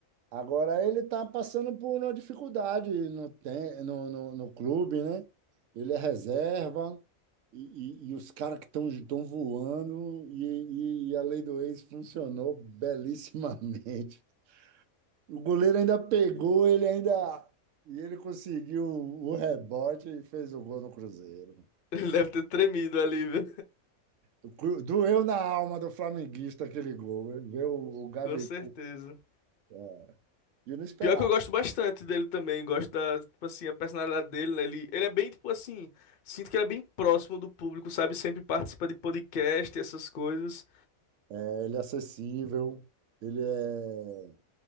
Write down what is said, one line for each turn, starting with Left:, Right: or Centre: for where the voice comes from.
Right: Agora ele está passando por uma dificuldade no, tem- no, no, no clube, né? Ele é reserva e, e, e os caras que estão estão voando e, e, e a lei do ex funcionou <laughs> belíssimamente. O goleiro ainda pegou, ele ainda. E ele conseguiu o rebote e fez o gol no Cruzeiro.
Left: <laughs> Ele deve ter tremido ali, viu?
Right: O Cru- Doeu na alma do flamenguista aquele gol. Ele Vê o, o
Left: <laughs>
Right: Gabigol.
Left: Com certeza.
Right: É, E eu não esperava.
Left: Pior que eu gosto bastante dele também, gosto da, tipo assim, a personalidade dele, né? Ele, ele é bem, tipo assim, sinto que ele é bem próximo do público, sabe? Sempre participa de podcast e essas coisas.
Right: É, Ele é acessível, ele é,